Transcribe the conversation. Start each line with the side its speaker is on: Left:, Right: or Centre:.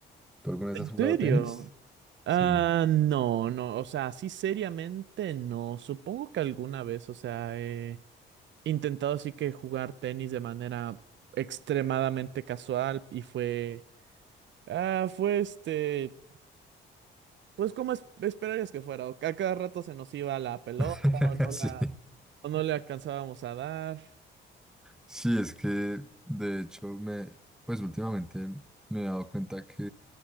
Centre: ¿Tú alguna vez
Right: ¿En
Centre: has jugado
Right: serio?
Centre: tenis?
Right: Ah,
Centre: Sí,
Right: no, no, o sea, así seriamente no. Supongo que alguna vez, o sea, he intentado así que jugar tenis de manera extremadamente casual y fue, ah, fue este, pues como es- esperarías que fuera, o que a cada rato se nos iba la pelota
Centre: <laughs>
Right: o no
Centre: sí.
Right: la, o no le alcanzábamos a dar.
Centre: Sí, es que de hecho me, pues últimamente me he dado cuenta que